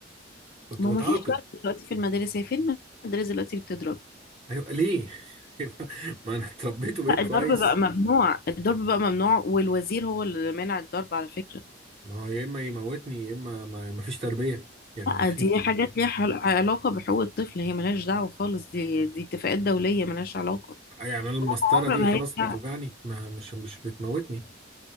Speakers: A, on the right; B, on the left.
A: كنت
B: ما
A: بتعاقب
B: هو مفيش ضرب دلوقتي في المدارس هي فين المدارس دلوقتي اللي بتضرب
A: أيوة ليه؟ <laughs> ما أنا اتربيت وبقيت
B: لا
A: كويس
B: الضرب بقى ممنوع الضرب بقى ممنوع والوزير هو اللي مانع الضرب على فكرة
A: ما هو يا اما يموتني يا اما ما ما فيش تربيه يعني
B: لا
A: ما في
B: دي حاجات ليها حل- علاقة بحقوق الطفل هي ملهاش دعوة خالص دي دي اتفاقات دولية ملهاش علاقة
A: يعني انا المسطره
B: عمر
A: دي
B: ما
A: خلاص
B: هيرجع
A: بتوجعني ما مش مش بتموتني